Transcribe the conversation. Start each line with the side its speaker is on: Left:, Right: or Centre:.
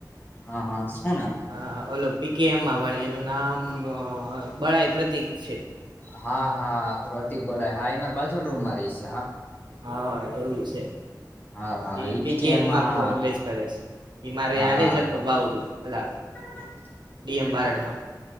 Left: હા હા શું નામ
Right: હ ઓલો પી કે એમમાં ભણે એનું નામ બળાઈ પ્રતીક છે
Left: હા હા પ્રતિક બરા હા એ મારે બાજુ ને રૂમ માં રહીશ
Right: હા એવું છે
Left: હા હા
Right: એ
Left: ઈ
Right: પીકેએમમાં
Left: પી કે એમાં હા
Right: કોલેજ કરે છે એ મારે
Left: હા
Right: યારે
Left: હા
Right: જ હતો બાઉદી હલા
Left: <unintelligible>
Right: ડીએમ બારડમાં